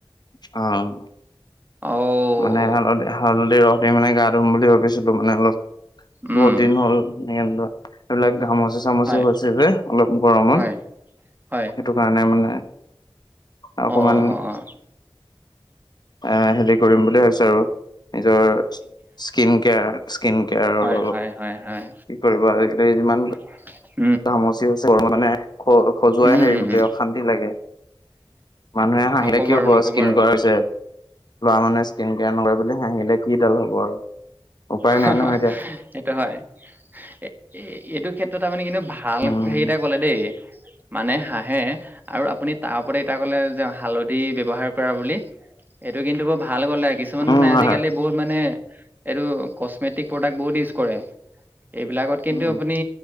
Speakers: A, on the left; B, on the right.
A: অ'।
B: অ',
A: মানে হালধি, হালধি ৰস দি মানে গা ধুম বুলি ভাবিছিলো মানে অলপ
B: উম,
A: বহুত দিন হ'ল এইবিলাক ঘামচ মচি-চামচি
B: হয়,
A: হৈছে যে অলপ গৰমত,
B: হয়, হয়।
A: সেইটো কাৰণে মানে। অকমান
B: অ', অ', অ',
A: এ, হেৰি কৰিম বুলি ভাবছো আৰু। নিজৰ স্কিন, কেয়াৰ স্কিন কেয়াৰ
B: হয়,
A: অলপ।
B: হয়, হয়, হয়,
A: কি কৰিব আজিকালি যিমান
B: <unintelligible>
A: ঘামচি হৈছে, গৰমত মানে খ-খজুৱাই
B: উম,
A: থাকে
B: উম,
A: গোটেই
B: উম।
A: অশান্তি লাগে। মানুহে হাঁহিলে
B: নক'ব
A: কি
B: আৰু
A: হব
B: নক'ব
A: স্কিন
B: আৰু,
A: কৰাছে। ল'ৰা মানুহে স্কিন কেয়াৰ নকৰে বুলি হাঁহিলে কিডাল হ'ব আৰু। উপায়
B: হা,
A: নাই
B: হা
A: নহয় এতিয়া
B: সেইটো হয় এ-এইটো ক্ষেত্ৰত আপুনি কিন্তু ভাল
A: উম
B: হেৰি এটা কলে দেই। মানে হাঁহে আৰু আপুনি তাৰ ওপৰত এতিয়া কলে যে হালধি বব্যৱহাৰ কৰে বুলি। এইটো কিন্তু বৰ ভাল কলে, কিছুমানে
A: উম হয়
B: আজিকালি
A: হয়
B: বহুত মানে এইটো কচমেটিক প্ৰডাক্ট বহুত ইউজ কৰে, এইবিলাকত কিন্তু
A: উম
B: আপুনি